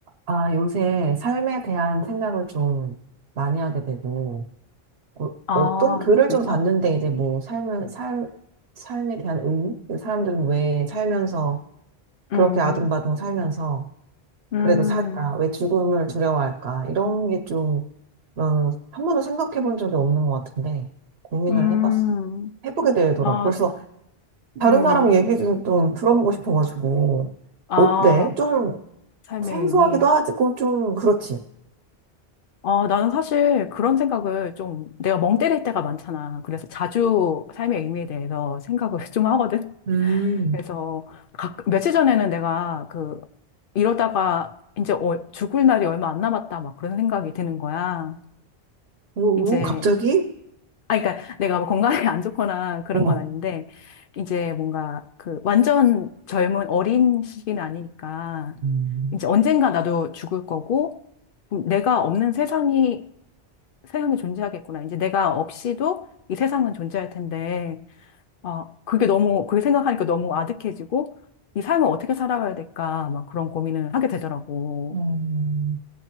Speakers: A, on the right; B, on the left.
A: 아, 요새 삶에 대한 생각을 좀 많이 하게 되고, 어,
B: 아,
A: 어떤 글을
B: 진짜?
A: 좀 봤는데, 이제 뭐, 삶은, 삶, 삶에 대한 의미? 그 사람들은 왜 살면서, 그렇게
B: 음,
A: 아둥바둥 살면서,
B: 음,
A: 그래도 살까? 왜 죽음을 두려워할까? 이런 게 좀, 난 한 번도 생각해 본 적이 없는 것 같은데, 고민을
B: 음,
A: 해봤, 해보게 되더라고.
B: 아,
A: 벌써 다른
B: 음,
A: 사람 얘기 좀, 좀 들어보고 싶어가지고,
B: 아,
A: 어때? 좀
B: 삶의
A: 생소하기도
B: 의미.
A: 하고, 좀 그렇지.
B: 아, 나는 사실 그런 생각을 좀 내가 멍 때릴 때가 많잖아. 그래서 자주 삶의 의미에 대해서 생각을 <laughs> 좀 하거든.
A: 음.
B: 그래서 각, 며칠 전에는 내가 그 이러다가 이제 어- 죽을 날이 얼마 안 남았다 막 그런 생각이 드는 거야.
A: 오,
B: 이제
A: 갑자기?
B: 아, 그러니까 내가 뭐 건강이 안 좋거나 그런
A: 어.
B: 건 아닌데, 이제 뭔가 그 완전 젊은 어린 시기는 아니니까,
A: 음,
B: 이제 언젠가 나도 죽을 거고, 음, 내가 없는 세상이, 세상이 존재하겠구나. 이제 내가 없이도 이 세상은 존재할 텐데, 아, 그게 너무, 그게 생각하니까 너무 아득해지고, 이 삶을 어떻게 살아가야 될까, 막 그런 고민을 하게 되더라고.
A: 음.